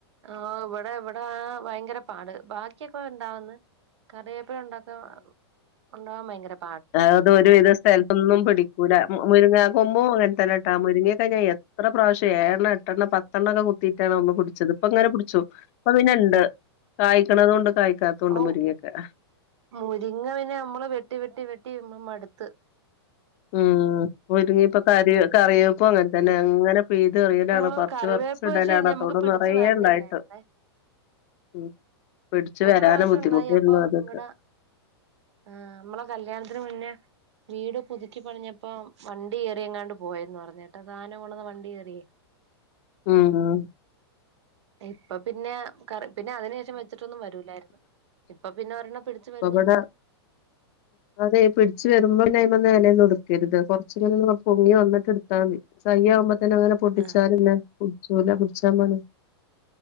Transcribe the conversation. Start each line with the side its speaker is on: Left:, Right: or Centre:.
Right: ആഹ് ഇവടെ ഇവടെ ആഹ് വയങ്കര പാട് ബാക്കിയൊക്കെ ഇണ്ടാവന്ന് കറിവേപ്പില ഉണ്ടാ <unintelligible> ഉണ്ടാവാൻ ഭയങ്കരം
Left: അതായത് ഒരു വിധ സ്ഥലത്തൊന്നും പിടിക്കൂല മുരിങ്ങ കൊമ്പും അങ്ങനെ തന്നെട്ടാ മുരിങ്ങെക്കെ ഞാൻ എത്ര പ്രാവശ്യം ഏഴെണ്ണം എട്ടെണ്ണ പ ത്തൊണ്ണൊക്കെ കുത്തിയിട്ടാണ് ഒന്ന് പുടിച്ചത് ഇപ്പങ്ങനെ പിടിച്ചു ഇപ്പൊ പിന്നെണ്ട് കായ്ക്കണതൊണ്ട് കായ്ക്കാത്തതുണ്ട്
Right: ഓ
Left: മുരിങ്ങെക്കെ
Right: മുരിങ്ങ അയ്ന് നമ്മള് വെട്ടി വെട്ടി വെട്ടി നമ്മള് മടുത്ത്
Left: ഉം മുരിങ്ങിം ഇപ്പ കറി കറിവേപ്പും അങ്ങൻതന്നെ അങ്ങനെ പിഴുത് എറിയലാണ്
Right: ഓ
Left: പറിച്ച്
Right: കറിവേപ്പ്
Left: പറിച്ച് ഇടലാണ്
Right: പക്ഷെ നമുക്ക്
Left: ആ തൊടു
Right: പിടിച്ചു
Left: നിറയെ
Right: വരണില്ലായിരുന്നേ
Left: ഇണ്ടായിട്ട് ഉം പിടിച്ചു
Right: ഒരു
Left: വരാനും
Right: പ്രാവശ്യം
Left: ബുദ്ധിമുട്ടായിരുന്നു
Right: ഒണ്ടായി അപ്പൊ
Left: ആദ്യൊക്കെ
Right: ഇവടെ ആഹ് നമ്മളെ കല്യാണത്തിന് മുന്നേ വീട് പുതുക്കി പണിഞ്ഞപ്പൊ വണ്ടി കേറിയങ്ങാണ്ട് പോയന്ന് പറഞ്ഞട്ടാ സധാനം കൊണ്ട്ന്ന വണ്ടി കേറിയേ
Left: ഉം ആഹ്
Right: ഇപ്പ പിന്നെ കറി പിന്നെ അതിന് ശേഷം വെച്ചിട്ടൊന്നും വരൂലായിരുന്നു ഇപ്പൊ പിന്നെ ഒരെണ്ണം പിടിച്ചു
Left: ഇപ്പ
Right: വരുന്നുണ്ട്
Left: ഇബടെ അതെയ് പിടിച്ചു വരുമ്പോ പിന്നെ അയ്മന്ന് എലെന്നും ഇട്ക്കരുത്. കൊറച്ചുങ്ങനെ പൊങ്ങി വന്നിട്ട് എട്ത്താൽ മതി <unintelligible> ആവുമ്പോ തന്നെ ങ്ങനെ പൊട്ടിച്ചാ
Right: ആഹ്
Left: പിന്നെ പുടിച്ചൂല പുടിച്ചാ പണിയാ